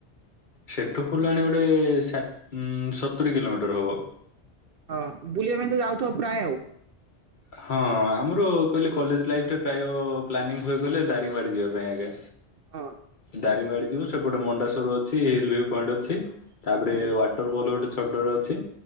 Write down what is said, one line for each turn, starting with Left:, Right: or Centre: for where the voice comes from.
Left: ସେଠୁ ଫୁଲବାଣୀ ଗୋଟେ ଉ ସା ସତୁରି କିଲୋମିଟର ହବ।
Right: ହଁ ବୁଲିବା ପାଇଁ ତ ଯାଉଥିବ ପ୍ରାୟ ଆଉ।
Left: ହଁ ଆମର କହିଲେ କଲେଜ ଲାଇଫରେ ପ୍ରାୟ ପ୍ଲାନିଂ ହୁଏ କହିଲେ ଦାରିଙ୍ଗବାଡି ଯିବା ପାଇଁ ଆଜ୍ଞା।
Right: ହଁ
Left: ଦାରିଙ୍ଗବାଡ଼ି ଯିବୁ ସେପଟେ ମଣ୍ଡା ସୋର ଅଛି ହିଲ ଭ ପଏଣ୍ଟ ଅଛି ତାପରେ
Right: ହୁଁ
Left: ଛ ଗୋଟେ ଛୋଟରେ ଅଛି